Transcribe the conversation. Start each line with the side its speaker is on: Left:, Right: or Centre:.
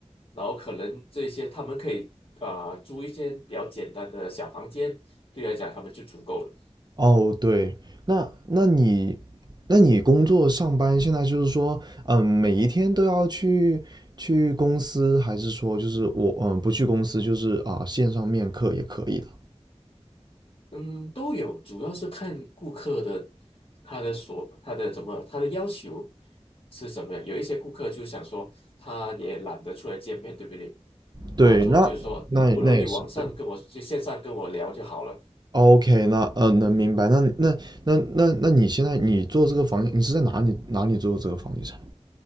Left: 然后可能这些他们可以啊、呃租一间比较简单的小房间，对来讲他们就足够了。
Right: 哦，对，那那你，那你工作上班现在就是说，嗯，每一天都要去去公司，还是说就是我嗯不去公司，就是啊线上面课也可以的。
Left: 嗯，都有，主要是看顾客的他的所他的怎么他的要求是什么样。有一些顾客就想说，他也懒得出来见面，对不对？
Right: 对，
Left: 那我就是说，
Right: 那那那也是对。
Left: 你不如你网上跟我去线上跟我聊就好了。
Right: OK，那呃能明白。那那那那那你现在你做这个房地，你是在哪里哪里做这个房地产？